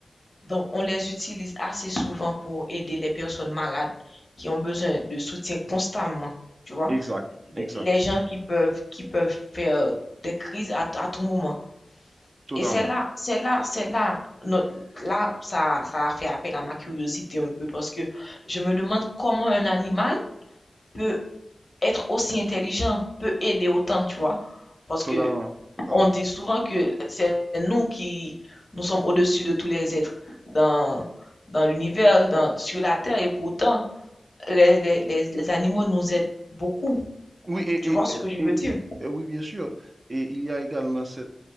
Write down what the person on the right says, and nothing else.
Exact, exact,
totalement,
totalement,
totalement.
Oui, et,
et,
et,
et- et oui, bien sûr. Et il y a également cette,